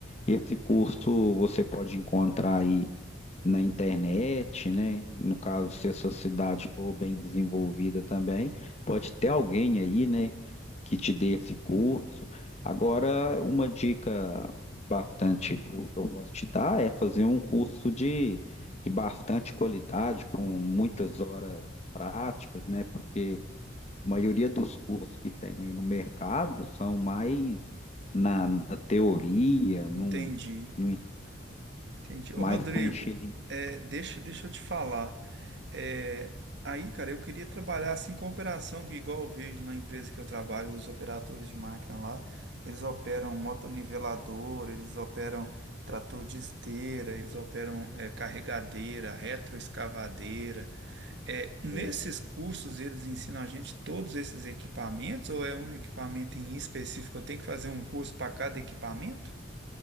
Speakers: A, on the left; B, on the right.
A: Esse curso você pode encontrar aí na internet, né? No caso, se a sua cidade for bem desenvolvida também, pode ter alguém aí, né, que te dê esse curso. Agora, uma dica bastante tipo, que eu posso te dar é fazer um curso de, de bastante qualidade, com muitas horas práticas, né? Porque a maioria dos cursos que tem aí no mercado são mais na, na teoria, num,
B: Entendi.
A: num,
B: Entendi. Ô,
A: mais
B: Rodrigo,
A: para encher
B: é, deixa, deixa eu te falar. É, aí, cara, eu queria trabalhar assim com operação, que igual eu vejo na empresa que eu trabalho, os operadores de máquina lá, eles operam motonivelador, eles operam trator de esteira, eles operam é, carregadeira, retroescavadeira. É, nesses
A: linguiça.
B: cursos, eles ensinam a gente todos esses equipamentos ou é um equipamento em específico? Eu tenho que fazer um curso para cada equipamento?